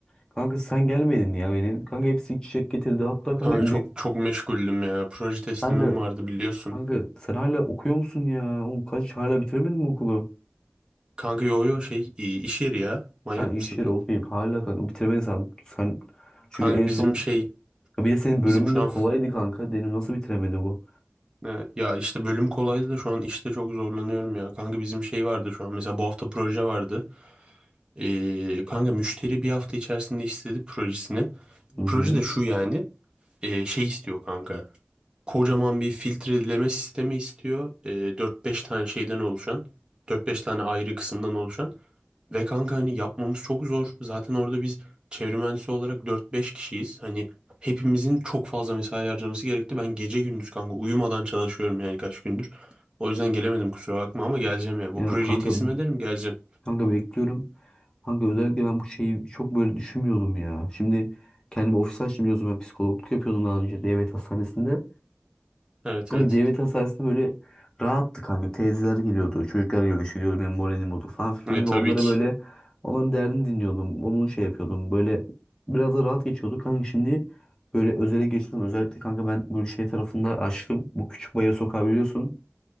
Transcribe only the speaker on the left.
Kanka sen gelmedin ya benim. Kanka hepsi çiçek getirdi. Hatta
kanka İzey...
Kanka,
kanka sen hala okuyor musun ya? Oğlum kaç hala bitiremedin mi okulu?
Ha iş
yeri okuyayım. Hala kanka bitiremedin sen. Sen çünkü
en
son...
Ya Bir de senin bölümün
de
kolaydı
kanka. Benim nasıl bitiremedi bu?
Hı hı.
Ya
kanka
kanka bekliyorum. Kanka özellikle ben bu şeyi çok böyle düşünmüyordum ya. Şimdi kendimi ofis açtım biliyorsun ben psikologluk yapıyordum daha önce devlet hastanesinde.
Kanka
devlet hastanesinde böyle rahattı kanka. Teyzeler geliyordu, çocuklar görüşüyordu, benim moralim bozuk falan filan. Kanka
onlara
böyle onların derdini dinliyordum. Onu şey yapıyordum. Böyle biraz da rahat geçiyordu. Kanka şimdi böyle özele geçtim. Özellikle kanka ben böyle şey tarafında açtım. Bu küçük bayır sokağı biliyorsun.